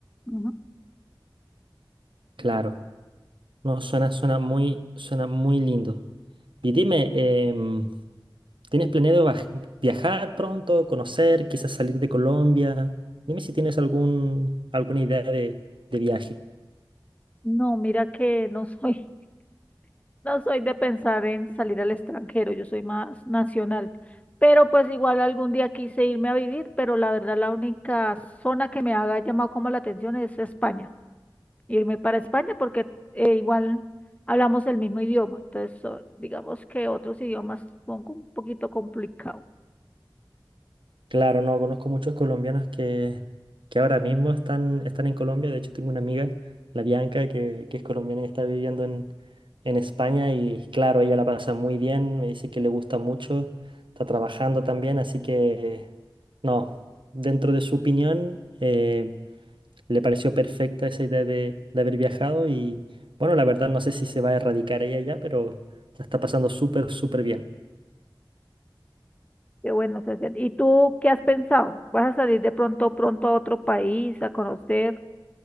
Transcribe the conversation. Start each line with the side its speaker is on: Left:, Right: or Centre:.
Left: Ujú.
Right: Claro, no, suena, suena muy, suena muy lindo. Y dime, em, ¿tienes planeado vaj- viajar pronto, conocer, quizás salir de Colombia? Dime si tienes algún, alguna idea de de viaje.
Left: No, mira que no soy, <laughs> no soy de pensar en salir al extranjero, yo soy más nacional. Pero pues igual algún día quise irme a vivir, pero la verdad la única zona que me haga llamado como la atención es España. Irme para España porque eh, igual hablamos el mismo idioma. Entonces, so- digamos que otros idiomas son como un poquito complicados.
Right: Claro, no, conozco muchos colombianos que, que ahora mismo están, están en Colombia. De hecho, tengo una amiga, la Bianca, que, que es colombiana y está viviendo en, en España. Y claro, ella la pasa muy bien, me dice que le gusta mucho, está trabajando también. Así que, no, dentro de su opinión, eh, le pareció perfecta esa idea de, de haber viajado. Y bueno, la verdad, no sé si se va a erradicar ella ya, pero la está pasando súper, súper bien.
Left: Pero bueno, Sebastián, ¿y tú qué has pensado? ¿Vas a salir de pronto pronto a otro país a conocer